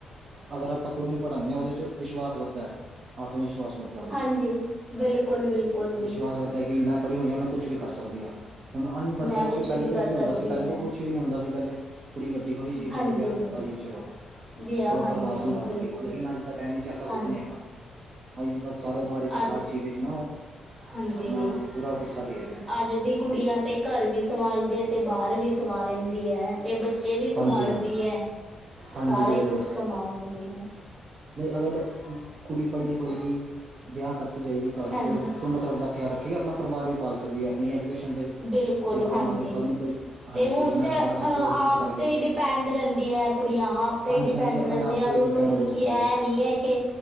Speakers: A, on the right; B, on the right.
A: ਅਗਰ ਆਪਾਂ ਕੁੜੀ ਨੂੰ ਪੜ੍ਹਾਂਨੇ ਹਾਂ ਉਹਦੇ ਚ ਵਿਸ਼ਵਾਸ ਵੱਧਦਾ ਹੈ, ਆਤਮ ਵਿਸ਼ਵਾਸ ਵੱਧਦਾ। ਦੇ
B: ਹਾਂਜੀ ਬਿਲਕੁਲ ਬਿਲਕੁਲ ਜੀ
A: ਵਿਸ਼ਵਾਸ ਵੱਧਦਾ ਕਿ ਮੈਂ ਪੜ੍ਹੀ ਹੋਈ ਐ, ਮੈਂ ਕੁਛ ਵੀ ਕਰ ਸਕਦੀ ਹਾਂ। ਹੁਣ ਅਨਪੜ੍ਹਤਾ
B: ਮੈਂ ਕੁਛ
A: ਚ ਪਹਿਲੇ
B: ਵੀ
A: ਤਾਂ
B: ਕਰ
A: ਕੀ
B: ਸਕਦੀ
A: ਹੁੰਦਾ ਸੀ, ਪਹਿਲੇ
B: ਹੈ
A: ਤੋਂ ਕੁਛ ਵੀ ਨੀ ਹੁੰਦਾ ਸੀ, ਪਹਿਲੇ ਕੁੜੀ ਵੱਡੀ ਹੋਈ ਜੀ
B: ਹਾਂਜੀ
A: ਚਲੋ ਵਿਆਹ ਕੀਤਾ
B: ਹਾਂਜੀ
A: ਜੀ। ਚਲੋ
B: ਵਿਆਹ
A: ਉਸ ਤੋਂ ਬਾਅਦ
B: ਹਾਂਜੀ
A: ਪਰਿਵਾਰ ਸੰਭਾਲੋ
B: ਬਿਲਕੁਲ
A: ਜੀ, ਲੇਕਿਨ ਅੱਜ ਦਾ ਟਾਈਮ ਵਿੱਚ ਐਸਾ
B: ਹਾਂਜੀ
A: ਕੁਛ ਨਹੀਂ ਹੈਗਾ। ਅੱਜ-ਕੱਲ ਕਾਰੋਬਾਰ ਵਿੱਚ
B: ਅੱਜ
A: ਹਰ ਚੀਜ਼ ਵਿਚ ਨਾ ਉਹ।
B: ਹਾਂਜੀ,
A: ਆਪਣਾ ਪੂਰਾ ਹਿੱਸਾ ਦੇ ਰਹੀਆਂ ਨੇ
B: ਅੱਜ ਦੀ ਕੁੜੀਆਂ ਤੇ ਘਰ ਵੀ ਸੰਭਾਲਦੀ ਏ, ਤੇ ਬਾਹਰ ਵੀ ਸੰਭਾਲ ਲੈਂਦੀ ਐ। ਤੇ ਬੱਚੇ ਵੀ
A: ਹਾਂਜੀ
B: ਸੰਭਾਲਦੀ
A: ਹਾਂਜੀ
B: ਐ,
A: ਹਾਂਜੀ
B: ਸਾਰਾ
A: ਬਿਲਕੁਲ
B: ਹੀ ਕੁਛ ਸੰਭਾਲ ਲੈਂਦੀ ਐ।
A: ਅਗਰ ਬਟ ਕੁੜੀ ਪੜ੍ਹੀ ਹੋਏਗੀ, ਵਿਆਹ ਕਰਕੇ ਜਾਏਗੀ ਘਰ
B: ਹਾਂਜੀ
A: ਤੇ ਉਹ ਦੋਨੋਂ ਤਰਫ਼ ਦਾ ਖਿਆਲ ਰੱਖੇਗੀ, ਆਪਣਾ ਪਰਿਵਾਰ ਵੀ ਪਾਲ ਸਕਦੀ ਐ। ਆਪਣੀ ਐਜੂਕੇਸ਼ਨ ਦੇ
B: ਬਿਲਕੁਲ
A: ਸਿਰ ਤੇ
B: ਹਾਂਜੀ
A: ਮੰਨ ਲਓ, ਕੱਲ ਨੂੰ ਕੋਈ ਹਾਂਜੀ
B: ਤੇ ਹੁਣ
A: ਆਪਣੇ
B: ਤੇ
A: ਹਸਬੈਂਡ
B: ਅਹ
A: ਨਾਲ ਜੋਬ ਜੂਬ
B: ਆਪ
A: ਕਰਕੇ
B: ਤੇ
A: ਵੀ
B: ਡਿਪੈਂਡ ਰਹਿੰਦੀ ਐ ਕੁੜੀਆਂ, ਆਪ ਤੇ
A: ਹਾਂਜੀ
B: ਹੀ ਡਿਪੈਂਡ
A: ਹਾਂਜੀ ਆਪਣੇ
B: ਰਹਿੰਦੀਆਂ,
A: ਆਪ ਤੇ
B: ਕਿਉਂਕਿ
A: ਡਿਪੈਂਡ
B: ਹੁਣ
A: ਹੋ
B: ਇਹ
A: ਸਕਦੀ
B: ਨੀ ਹੈ, ਕਿ